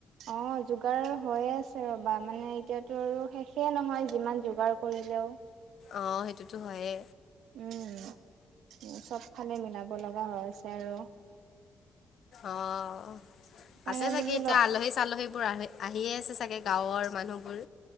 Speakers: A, on the right; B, on the left.
A: অ', যোগাৰ হৈয়ে আছে ৰবা মানে এতিয়াতো আৰু শেষে নহয় যিমান যোগাৰ কৰি হেল্ল'।
B: অ', সেইটোতো হয়ে।
A: উম উ চবফালে মিলাব লগা হৈ আছে আৰু।
B: অ',
A: সেইকাৰণে
B: আছে চাগে
A: বোলো
B: এতিয়া
A: ল
B: আলহী চালহী বোৰ আহ আহিয়ে আছে চাগে গাঁৱৰ। মানুহবোৰ।